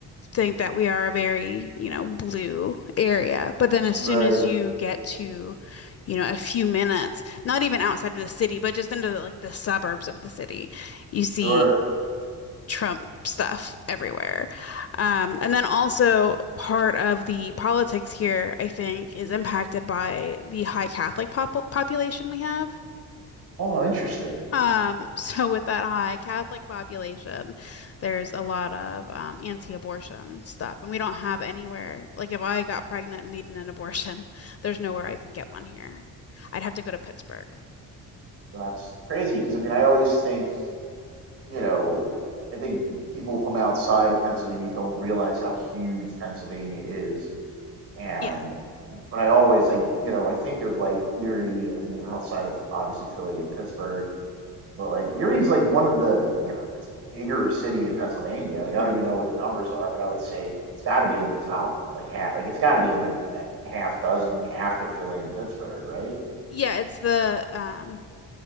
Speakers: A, on the left (about 40°); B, on the right (about 75°).
A: think that we are a very, you know, blue area. But then as
B: Right.
A: soon as you get to, you know, a few minutes, not even outside of the city, but just into the, like the suburbs of the city, you see
B: Sure.
A: Trump stuff everywhere. Um, and then also part of the politics here, I think, is impacted by the high Catholic pop population we have.
B: Oh, interesting.
A: Um, <laughs> so with that high Catholic population, there's a lot of um, anti-abortion stuff, and we don't have anywhere. Like if I got pregnant and needed an abortion, <laughs> there's nowhere I could get one here. I'd have to go to Pittsburgh.
B: That's crazy. Because I mean, I always think you know, I think people from outside of Pennsylvania don't realize how huge Pennsylvania is. And
A: Yeah.
B: but I always like, you know, I think of like Erie, I mean, outside of obviously Philly and Pittsburgh, but like Erie's like one of the, you know, it's a bigger city in Pennsylvania. Like I
A: hmm
B: don't even know what the numbers are, but I would say it's got to be in the top like half, like it's got to be in like that half dozen after Philly and Pittsburgh, right?
A: Yeah, it's the um